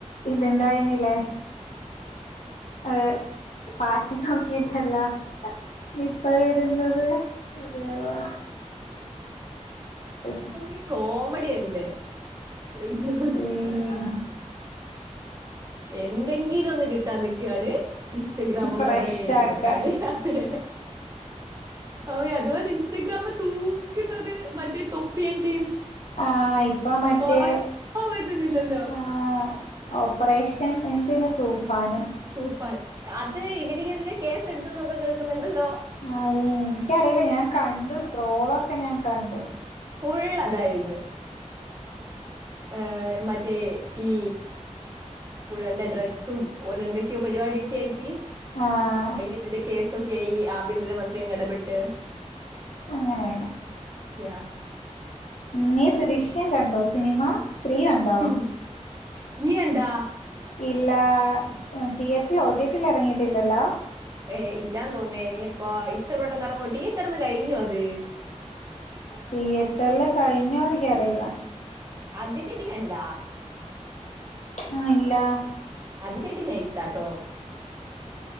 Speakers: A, on the left; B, on the right.
A: ഇത് ഇണ്ടായിന്നില്ലെ ആഹ് പാട്ട് നോക്കീട്ടല്ലാ, ഇപ്പ വര്ന്നത് അതെ ഓഹ് <unintelligible>
B: അപ്പം, ഈ കോമഡിയന്നെ, എന്നും
A: ഹ്മ്മ്
B: എന്തെങ്കിലൊന്ന് കിട്ടാൻ നിക്കാണ് ഇൻസ്റ്റഗ്രാമൊക്കെ,
A: ഫ്രഷ്ടാക്ക
B: അതങ്ങ് ഏറ്റെടുക്കാന് അതെ അവെ അതുപോലെ ഇൻസ്റ്റഗ്രാമ് തൂക്ക്ന്നത് മറ്റെ തൊപ്പിയൻ ടീംസ്
A: ആഹ്, ഇപ്പം ആ മറ്റെ
B: തുറക്കാൻ പറ്റുന്നില്ലല്ലോ
A: ആഹ് ഓപ്പറേഷൻ എന്തെന് തൂഫാന്
B: തൂഫാൻ, അത് ഇവനിക്കെതിരെ കേസ് എടുത്ത്ന്നൊക്കെ കേൾക്ക്ന്ന്ണ്ടല്ലോ
A: അത് എനിക്കറില്ല ഞാൻ കണ്ടു ട്രോളൊക്കെ ഞാൻ കണ്ടു.
B: ഫുള്ളതായിര്ന്ന്. ഏഹ് മറ്റേ ഈ ഫുള്ളെന്താ ഡ്രഗ്സും, ഓലെന്തെക്ക്യോ പരിപാടിയൊക്കെ ആയിട്ട്
A: ആഹ്.
B: അയിനെതിരെ കേസൊക്കെയി ആഭ്യന്തര മന്ത്രിയങ്ങ് എടപെട്ട്
A: അങ്ങനെ വേണം,
B: യാ
A: നീ ദൃശ്യം കണ്ടോ സിനിമാ? ത്രീ കണ്ടോ?
B: ഇൽ. നീ കണ്ടാ
A: ഇല്ലാ ഏഹ് തിയേറ്ററിൽ ഒടിട്ടിൽ എറങ്ങിട്ട്ല്ലല്ലോ
B: ഏഹ് ഇല്ലാന്ന് തോന്ന്ന്നേ, ഇനിപ്പ ഇത്ര പെട്ടെന്ന് എറങ്ങോ തീയേറ്ററിന്ന് കഴിഞ്ഞോ അത്
A: തിയേറ്റർല് കഴിഞ്ഞോ എനിക്കറില്ലാ
B: അതിനിടി കണ്ടാ?
A: ആഹ് ഇല്ല.
B: അതിനിടി നൈസാട്ടോ.